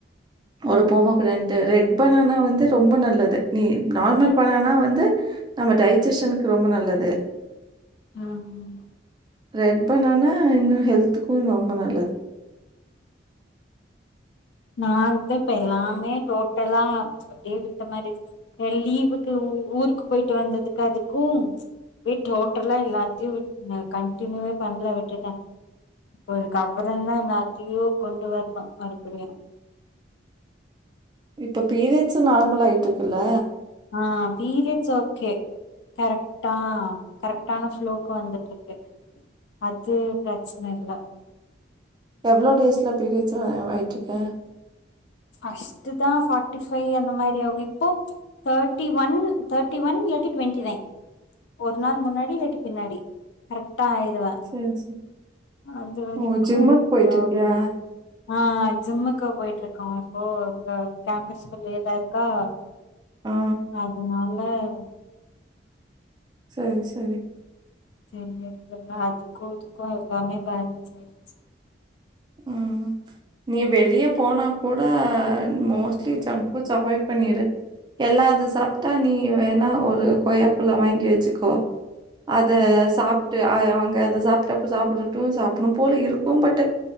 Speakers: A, on the right; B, on the left.
A: ஒரு போமாகிரான் த ரெட் பனானா வந்து ரொம்ப நல்லது நீ நார்மல் பனானா வந்து நம்ம டைஜஷன்க்கு ரொம்ப நல்லது
B: உம்
A: ரெட் பனானா இன்னு ஹெல்த்துக்கோ ரொம்ப நல்லது
B: நா இப்ப பாரு எல்லாமே டோட்டலா அப்டியே விட்ட மாரி லீவுக்கு ஊருக்கு போயிட்டு வந்ததுக்கு அதுக்கும் அப்டியே டோட்டலா எல்லாத்தையு விட் நா கண்டினியூவே பண்ல விட்டுட்டே இப்ப அதுக்கு அப்புறம்தா எல்லாத்தியு கொண்டு வர்னோ மறுபடியு
A: இப்ப பீரியட்ஸ் நார்மலா ஆயிட்டுருக்கில்ல
B: ஆ பீரியட்ஸ் ஓகே கரெக்டா கரெக்டான ஃப்ளோக்கு வந்துட்டிருக்கு அ இது பிரச்சன இல்ல
A: எவ்லோ டேஸ்ல பீரியட்ஸ் ஆயிட்டு இருக்க
B: ஃபஷ்டுதா ஃபாட்டிஃபைவ் அந்த மாரி ஆகு இப்போ தட்டி ஒன் தட்டி ஒன் இல்லாடி டுவெண்ட்டி நைன் ஒரு நாள் முன்னாடி இல்லாட்டி பின்னாடி கர கரெக்ட்டா ஆயிருவை
A: சரி, சரி.
B: அது வெரிக்கோ
A: ஓ! ஜிம்முக்கு போயிட்டுருக்கியா?
B: ப்ராப்லம் ஆஹ் ஜும்முக்கு போயிட்டிருக் காசோ இங்க கேம்பஸ்குல்லயே தா இருக்கா
A: ஆ.
B: அதனாலே உம்
A: செரி செரி
B: தெரியற்தில்ல அதுக்கு இதுக்கு எல்லாமே பேலன்ஸ் ஆயிருச்சு
A: உம் நீ
B: ம்
A: வெளிய போனா கூட மோஸ்ட்லி ஜங்க்புட்ஸ் அவாய்ட் பண்ணிடு எல்லா அது சாப்டா நீ ஒ வேணா ஒரு கொய்யாப்பலோ வாங்கி வெச்சுக்கோ அத
B: ஆ
A: சாப்டு அ அங்க் அ அது சாப்டு அப்ப சாப்டட்டு சாப்டணு போல இருக்கு பட்